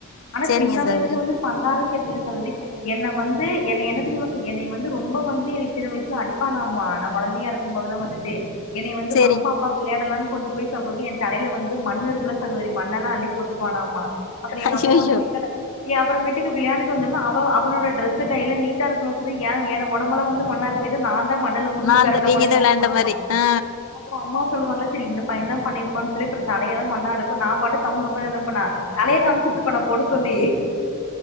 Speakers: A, on the left; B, on the left.
A: ஆனா
B: சரிங்க
A: சின்ன
B: சகோதரி
A: வயசுல வந்து பந்தாவே தெரியலே சகோதரி என்னெ வந்து என்னெ என்ன தெரியுமா என்னை வந்து ரொம்ப வந்து என்னை சின்ன வயசுல அடிப்பானாமா நான் குழந்தையா இருக்கும்போதுதெல்லாம் வந்துட்டு என்னை வந்து
B: சரிங்
A: வா பாப்பா விளையாடலான்னு கொண்டு போய் சகோதரி என் தலையில வந்து மண்ணு இருக்குற சகோதரி மண்ணெல்லாம் அள்ளி போட்டுருவானாமா அப்பறம் எங்க
B: அய்யய்யோ!
A: அம்மா வந்து என்கிட்ட அப்பறமேட்டுக்கு விளையான்டு அவ அவனோட டிரெஸ் கையில நீட்டா இருக்கும் ஏ என் ஒடம்பெல்லாம் வந்து மண்ணா இருக்கும் நான் மண்ணுல உருண்டு
B: நான்
A: பெறண்ட
B: தான் நீங்க
A: மாதிரி
B: தான்
A: இருக்குமாமா
B: விளையாண்ட மாரி ஆ
A: அப்புறம் அம்மா சொல்லுவாங்களா சரி இந்த பையன் தான் பண்ணிருப்பான் அப்படியே தலையெல்லாம் மண்ணா இருக்கும் நான் மட்டும் கம்முனு உட்கார்ந்திருப்பேனா தலைய காமிச்சிட்டு இருப்பனா போட சொல்லி